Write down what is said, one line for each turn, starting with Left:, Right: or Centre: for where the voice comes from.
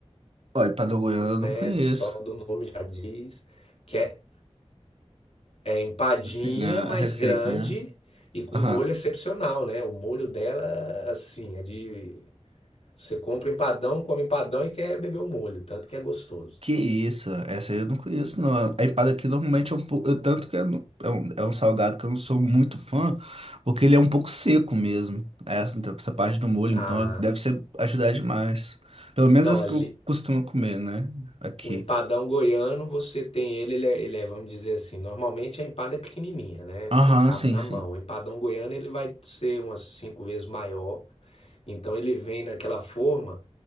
Right: Olha, empadão goiano eu
Left: né?
Right: não conheço.
Left: Só do nome já diz. Que é É empadinha,
Right: Assim, a
Left: mas
Right: a receita,
Left: grande
Right: né?
Left: e com
Right: Aham.
Left: um molho excepcional, né? O molho dela, assim, é de. Você compra empadão, come empadão e quer beber o molho, tanto que é gostoso.
Right: Que isso, essa aí eu não conheço, não. A empada aqui normalmente é um pouco. Tanto que é, no- é um, é um salgado que eu não sou muito fã, porque ele é um pouco seco mesmo. Essa, então, essa parte do molho,
Left: Ah,
Right: então deve ser ajudar demais. Pelo menos
Left: não,
Right: as
Left: ali,
Right: que eu costumo comer, né? Aqui.
Left: o empadão goiano, você tem ele, ele é, ele é, vamos dizer assim, normalmente a empada é pequenininha, né?
Right: Aham,
Left: Co- Cabe
Right: sim,
Left: na
Right: sim.
Left: mão. O empadão goiano, ele vai ser umas cinco vezes maior Então ele vem naquela forma